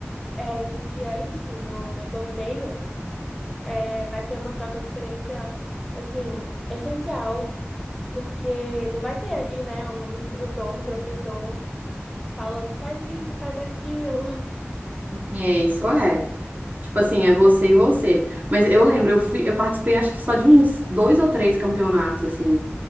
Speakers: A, in the centre; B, on the right (about 35°).
A: é, iniciante no, no torneio, é, vai ser uma troca de experiência, assim, essencial, porque não vai ter ali, né, um instrutor, um professor falando faz isso, faz aquilo.
B: É, isso é. Tipo assim, é você e você. Mas eu lembro, eu fui, eu participei acho que só de uns dois ou três campeonatos, assim.